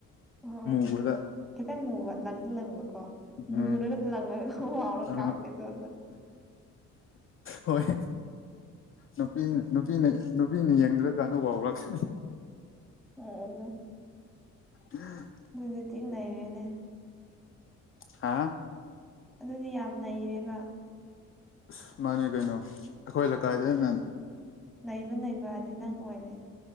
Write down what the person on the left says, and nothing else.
ꯃꯨꯕꯗ
ꯎꯝ
ꯑ
ꯍꯣꯏ ꯅꯨꯄꯤ ꯅꯨꯄꯤꯅ ꯅꯨꯄꯤꯅ ꯌꯦꯡꯗ꯭ꯔꯀꯥꯟꯗ ꯋꯥꯥꯎꯔꯛꯦ
ꯑ
ꯍꯥ
ꯑꯁ ꯃꯥꯅꯤ ꯀꯩꯅꯣ ꯑꯩꯈꯣꯏ ꯂꯩꯀꯥꯏꯗꯟꯅ